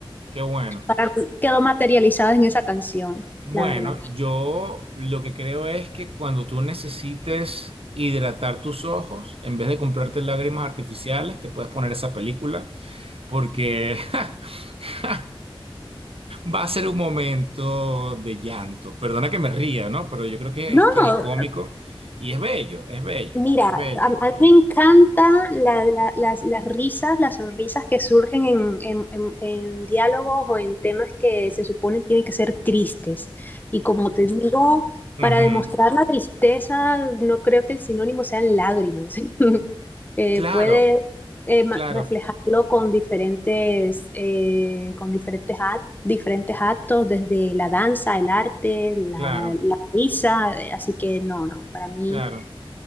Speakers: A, on the right; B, on the left.
A: qué bueno.
B: para mí quedó materializada en esa canción,
A: Bueno,
B: la verdad.
A: yo lo que creo es que cuando tú necesites hidratar tus ojos, en vez de comprarte lágrimas artificiales, te puedes poner esa película porque <laughs> va a ser un momento de llanto. Perdona que me ría, ¿no? Pero yo creo que
B: No,
A: es tragicómico y es bello, es bello,
B: Mira,
A: es bello.
B: a, a mí
A: Y-
B: me encantan la- la- las, las risas, las sonrisas que surgen en, en- en- en diálogos o en temas que se supone tienen que ser tristes. Y como te digo,
A: Ujú,
B: para demostrar
A: ujú.
B: la tristeza, no creo que el sinónimo sean lágrimas. <laughs> Eh,
A: Claro,
B: puedes eh, ma-
A: claro,
B: reflejarlo con diferentes, eh, con diferentes, ac- diferentes actos, desde la danza, el arte, la,
A: claro,
B: la risa. eh, Así que no, no, para mí.
A: claro.